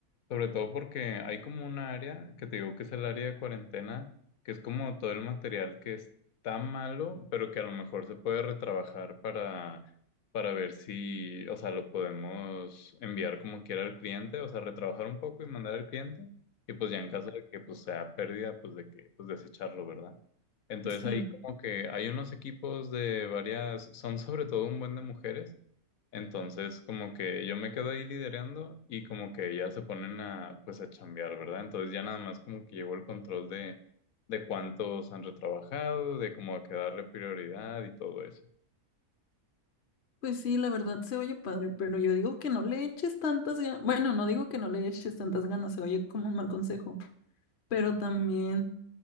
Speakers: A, on the left (about 70°); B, on the left (about 50°).
A: sobre todo porque hay como un área que te digo que es el área de cuarentena, que es como todo el material que está malo, pero que a lo mejor se puede retrabajar para, para ver si, o sea, lo podemos enviar como quiera al cliente, o sea, retrabajar un poco y mandar al cliente, y pues ya en caso de que pues sea pérdida, pues de que, pues desecharlo, ¿verdad? Entonces
B: Sí,
A: ahí como que hay unos equipos de varias, son sobre todo un buen de mujeres. Entonces, como que yo me quedo ahí liderando y como que ya se ponen a, pues, a chambear, ¿verdad? Entonces ya nada más como que llevo el control de, de cuántos han retrabajado, de cómo a qué darle prioridad y todo eso.
B: pues sí, la verdad se oye padre, pero yo digo que no le eches tantas ganas. Bueno, no digo que no le eches tantas ganas, se oye como un mal consejo, pero también,